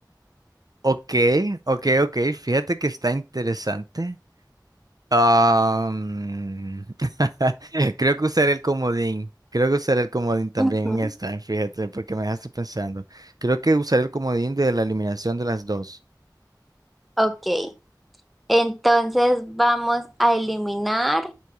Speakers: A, on the right (about 55°); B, in the centre.
A: Ok, ok, ok. Fíjate que está interesante. Am, <laughs> creo que usaré el comodín. Creo que usaré el comodín también
B: Ujú.
A: en esta, fíjate, porque me dejaste pensando. Creo que usaré el comodín de la eliminación de las dos.
B: Ok. Entonces vamos a eliminar.